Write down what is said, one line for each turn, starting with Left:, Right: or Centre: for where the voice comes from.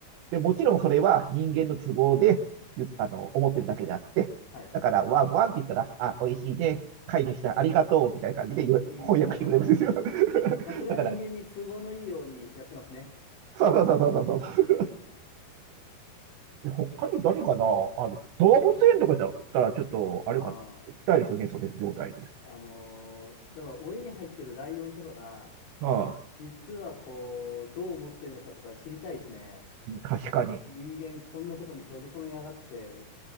Right: で、もちろんそれは人間の都合であの思ってるだけであって、
Left: はい。
Right: だから、ワンワンって言ったら、あ、美味しいね、飼い主さんありがとうみたいな感じで <laughs>
Left: うーん、
Right: 翻訳してくれるんですよ。
Left: なるほど。
Right: <laughs>
Left: まあ、それは人間に都合のいいようにやってますね。
Right: だから、そうそうそうそうそうそうそう。他に何かなあの、動物園とかだったら、
Left: はい。
Right: ちょっと、あれかな、
Left: あ
Right: 行きたいですよね、
Left: あ。
Right: それ状態で。
Left: あのーだから、檻に入ってるライオンとかが、
Right: ああ、
Left: 実はこう、どう思ってるのかとか知りたいですね。
Right: 確かに。
Left: 人間こんなとこに閉じ込めやがって、